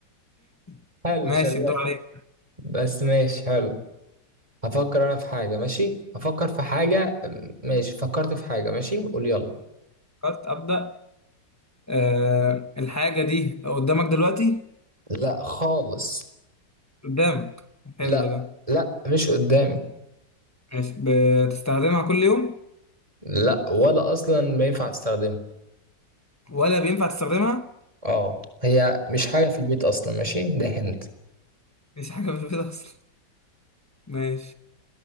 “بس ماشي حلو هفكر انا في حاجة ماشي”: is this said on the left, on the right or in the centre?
Right